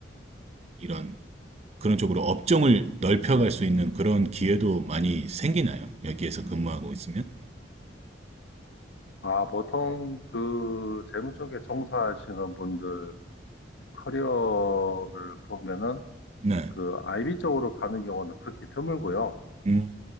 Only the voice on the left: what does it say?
아, 보통 그 재무 쪽에 종사하시는 분들 커리어를 보면은
그 IB 쪽으로 가는 경우는 극히 드물고요.